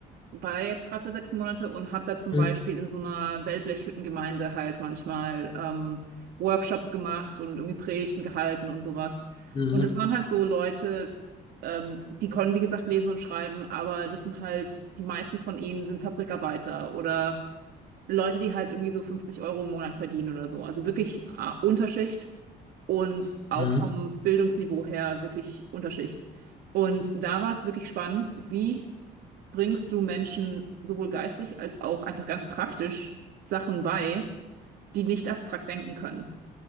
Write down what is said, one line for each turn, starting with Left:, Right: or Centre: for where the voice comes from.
Right: war da jetzt gerade für sechs Monate und habe da zum
Left: Mhm.
Right: Beispiel in so einer Wellblechhüttengemeinde halt manchmal ähm, Workshops gemacht und irgendwie Predigten gehalten und sowas.
Left: Mhm.
Right: Und das waren halt so Leute, ähm, die können, wie gesagt, lesen und schreiben, aber das sind halt, die meisten von ihnen sind Fabrikarbeiter oder Leute, die halt irgendwie so 50 Euro im Monat verdienen oder so. Also wirklich äh, Unterschicht und auch
Left: Mhm.
Right: vom Bildungsniveau her wirklich Unterschicht. Und da war es wirklich spannend, wie bringst du Menschen sowohl geistlich als auch einfach ganz praktisch Sachen bei, die nicht abstrakt denken können.